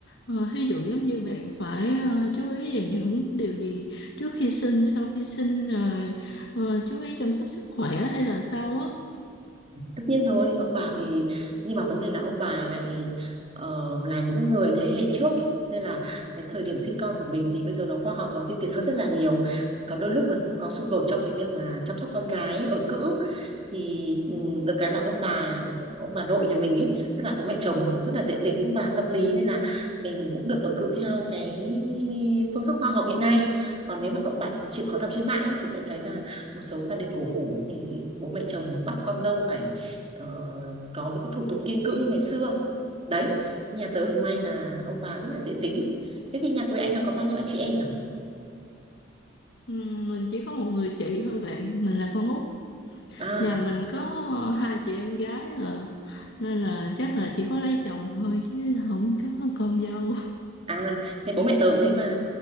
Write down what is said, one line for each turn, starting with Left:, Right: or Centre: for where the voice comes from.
Left: Ờ, ví dụ giống như bạn phải ờ, chú ý về những điều gì trước khi sinh, sau khi sinh rồi ờ, chú ý chăm sóc sức khỏe hay là sao á.
Right: tất nhiên rồi ông bà thì nhưng mà vấn đề là ông bà lại ờ, là những người thế hệ trước ấy nên là cái thời điểm sinh con của mình thì bây giờ nó khoa học nó tiên tiến hơn rất là nhiều có đôi lúc là cũng có xung đột trong cái việc mà chăm sóc con gái ở cữ thì ừ, được cái là ông bà ông bà nội nhà mình ấy tức là bố mẹ chồng thì cũng rất là dễ tính và tâm lý nên là mình cũng được ở cữ theo cái phương pháp khoa học hiện nay còn nếu mà các bạn chịu khó đọc trên mạng ấy, thì sẽ thấy là một số gia đình cổ hủ thì bố mẹ chồng phải bắt con dâu phải ờ, có những cái thủ tục kiêng cữ như ngày xưa đấy nhà tớ thì may là ông bà rất là dễ tính thế thì nhà quý anh là có bao nhiêu anh chị em nhỉ
Left: Ừm, mình chỉ có một người chị thôi bạn, mình là con út.
Right: à
Left: Nhà mình có ờ, hai chị em gái à, nên là chắc là chỉ có lấy chồng thôi chứ không có con dâu.
Right: à thế bố mẹ tớ cũng thế mà